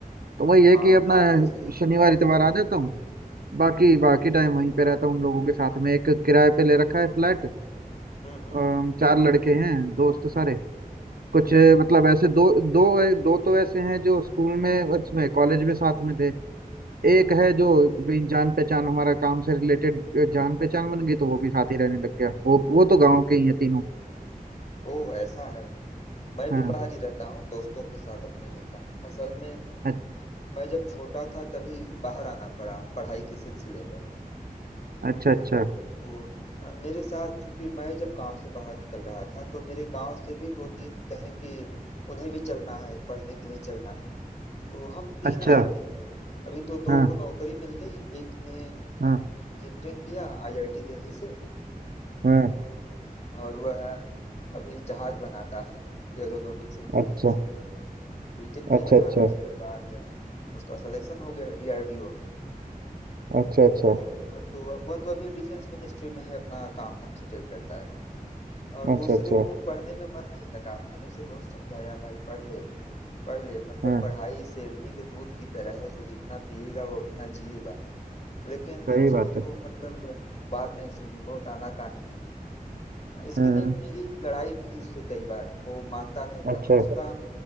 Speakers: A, on the right; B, on the left.
A: तो वही है
B: हाँ
A: कि अपना
B: बात तो सही
A: शनिवार
B: है
A: इतवार आ जाता हूँ बाकी बाकी टाइम वहीं पे रहता हूँ उन लोगों के साथ में एक किराए पे ले रखा है फ्लैट
B: हम्म हम्म
A: अम, चार लड़के हैं दोस्त सारे कुछ मतलब ऐसे दो दो दो तो ऐसे हैं जो स्कूल में उसमें कॉलेज में साथ में थे एक है जो वही जान पहचान हमारा काम से रिलेटेड जान पहचान बन गई तो वो भी साथ ही रहने लग गया वो वो तो गांव के ही है तीनों
B: ओह ऐसा है मैं
A: हाँ
B: भी बाहर ही रहता हूँ दोस्तों के साथ अपने रहता हूँ असल में
A: अ-
B: मैं जब छोटा था तभी बाहर आना पड़ा पढ़ाई के सिलसिले में
A: अच्छा अच्छा
B: वो अ, मेरे साथ चूंकि मैं जब गांव से बाहर निकल रहा था तो मेरे गांव से भी दो तीन कहें कि उन्हें भी चलना है पढ़ने के लिए चलना है तो हम तीन
A: अच्छा
B: आए थे अभी तो
A: हाँ
B: दो को नौकरी मिल गई एक ने इंजीनियरिंग
A: हाँ
B: किया आईआईटी दिल्ली से
A: हाँ
B: और वह अभी जहाज बनाता है एरोनॉटिक्स इंजीनियरिंग
A: अच्छा
B: से उसने बीटेक किया
A: अच्छा अच्छा
B: था उसके बाद उसका सिलेक्शन हो गया डीआरडीओ में
A: अच्छा अच्छा
B: तो अब तो वह तो अभी डिफेंस मिनिस्ट्री में है अपना काम धाम सेटल करता है और
A: अच्छा
B: दूसरे
A: अच्छा
B: को पढ़ने में मन नहीं लगा मैंने उसे बहुत समझाया भाई पढ़ ले पढ़ ले मतलब
A: हाँ
B: पढ़ाई शेरनी के दूध की तरह है जो जितना पिएगा वो उतना जिएगा लेकिन
A: सही
B: उसने
A: बात
B: तो
A: है
B: मतलब बात नहीं सुनी बहुत आनाकानी की इसके
A: हाँ
B: लिए
A: हाँ,
B: मेरी लड़ाई भी हुई उससे कई बार वो मानता नहीं
A: अच्छा
B: था उसका